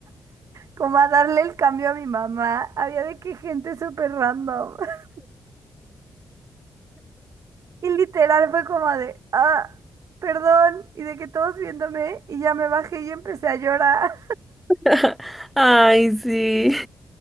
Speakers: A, on the right; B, in the centre.
A: como a darle el cambio a mi mamá, había de que gente súper random. <laughs> Y literal fue como de, ah, perdón. Y de que todos viéndome y ya me bajé y empecé a llorar.
B: <laughs> Ay, sí.